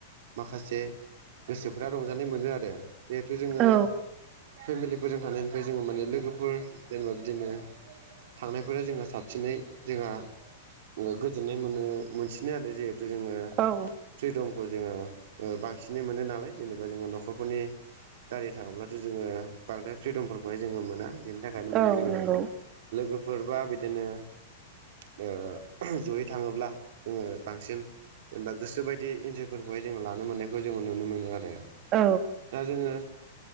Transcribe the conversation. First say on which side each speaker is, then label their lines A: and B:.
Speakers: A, on the right (about 65°); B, on the right (about 30°).
A: माखासे गोसोफ्रा रंजानाय मोनो आरो जिहेथु जोङो
B: औ
A: फेमिलिफोरजों था ओमफ्राय जोङो माने लोगोफोर जेनेबा बिदिनो थांनायफोरा जोंहा साबसिनै जोंहा ओ गोजोननाय मोनो- मोनसिनो आरो जे जोङो
B: औ
A: फ्रिदम जोङो बांसिनै मोनो नालाय जेनेबा जोङो न'खरफोरनि दारि थागोब्लाथ' जोङो बांद्राय फ्रिदमफोरखौ बेहाय जोङो मोना बिनि थाखायनो माने
B: औ
A: जोङो
B: नंगौ
A: लोगोफोरबा बिदिनो ओ जयै थाङोब्ला जोङो बांसिन जेनेबा गोसो बायदि इन्जफोरखौहाय जोङो लानो मोननायखौ जोङो नुनो मोनो आरो
B: औ
A: दा जोङो